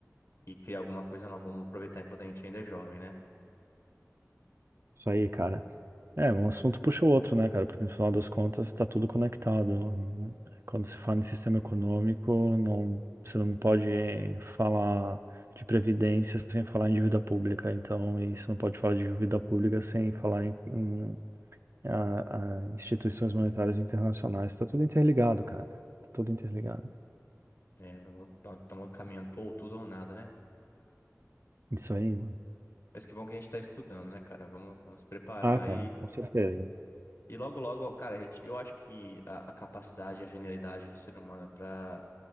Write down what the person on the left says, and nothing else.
e criar alguma coisa nova. Vamos aproveitar enquanto a gente ainda é jovem, né?
Uhum.
É, não estamos caminhando por tudo ou nada, né?
Mas que bom que a gente está estudando, né, cara? Vamos, vamos preparar
E logo, logo, cara, a gente, eu acho que a, a capacidade, a genialidade do ser humano pra